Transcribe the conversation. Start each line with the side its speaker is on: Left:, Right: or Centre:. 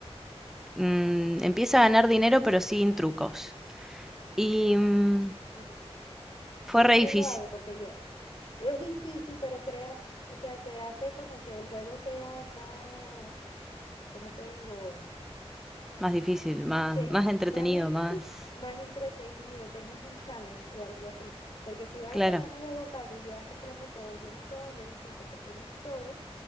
Centre: mm,
Left: Ujú.
Centre: empieza a ganar dinero pero sin trucos. Y mm,
Left: Mm,
Centre: fue
Left: Yo
Centre: re
Left: también
Centre: difícil,
Left: lo hago porque ya es difícil, pero crea, o sea, te hace como que el juego sea más, ¿cómo te digo?
Centre: más difícil, más,
Left: sea
Centre: más entretenido,
Left: más difícil,
Centre: más...
Left: más entretenido, tengas un challenge o algo así. Porque si vas
Centre: Claro,
Left: empezando el juego fácil y vas comprando todo y tienes todo, llega un punto que tienes todo